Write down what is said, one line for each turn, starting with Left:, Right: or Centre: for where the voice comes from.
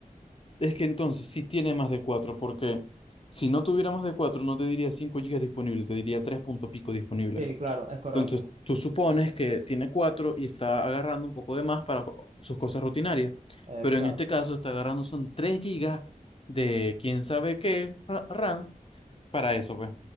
Left: es que entonces sí tiene más de 4 porque si no tuviera más de 4 no te diría 5 gigas disponibles, te diría 3 punto pico disponible.
Right: Sí, claro, es correcto.
Left: Entonces, tú supones que tiene cuatro y está agarrando un poco de más para co- sus cosas rutinarias,
Right: Exacto.
Left: pero en este caso está agarrando son 3 gigas de quién sabe qué ra- RAM para eso, pues.